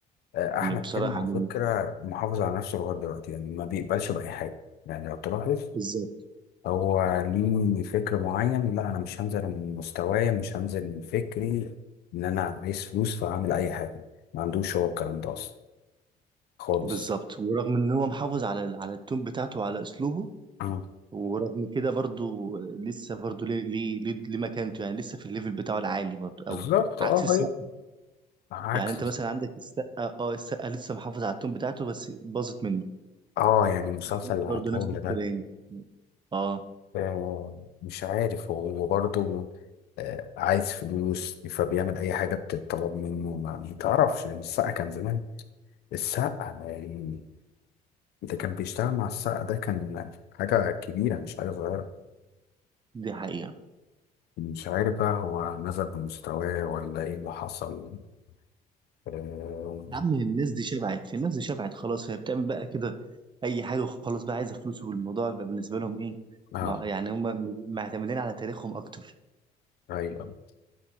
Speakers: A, on the left; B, on the right.
A: أحمد
B: بصراحه
A: حلمي على
B: يعني
A: فكرة محافظ على نفسه لغاية دلوقتي يعني ما بيقبلش بأي حاجة يعني لو تلاحظ
B: بالظبط
A: هو ليه فكر معين لا انا مش هنزل من مستوايا مش هنزل من فكري ان انا عايز فلوس فهعمل اي حاجه ما عندوش هو الكلام ده اصلا خالص
B: بالظبط ورغم ان هو محافظ على على التون بتاعته وعلى اسلوبه
A: آه،
B: ورغم كده برضو لسه برضو ليه ليه ليه ليه مكانته يعني لسه في الليفل بتاعه العالي برضو قوي
A: بالظبط
B: عكس
A: اه
B: السقا
A: هي عكس
B: يعني انت مثلا عندك السقا اه السقا لسه محافظ على التون بتاعته بس باظت منه
A: اه يعني مسلسل
B: هنيدي
A: العتاولة
B: برضو نفس الكلام
A: ده
B: اه
A: آه مش عارف هو برضه آه عايز فلوس فبيعمل اي حاجه بتتطلب منه ما ما تعرفش يعني السقا كان زمان السقا يعني ده كان بيشتغل مع السقا ده كان حاجه كبيره مش حاجه صغيره
B: دي حقيقة
A: مش عارف بقى هو نزل بمستواه ولا ايه اللي حصل اه,
B: يا عم الناس دي شبعت الناس دي شبعت خلاص هي بتعمل بقى كده اي حاجة وخلاص بقى عايزة فلوس والموضوع بقى بالنسبة لهم ايه
A: آه.
B: مع- يعني هم م- معتمدين على تاريخهم اكتر
A: ايوه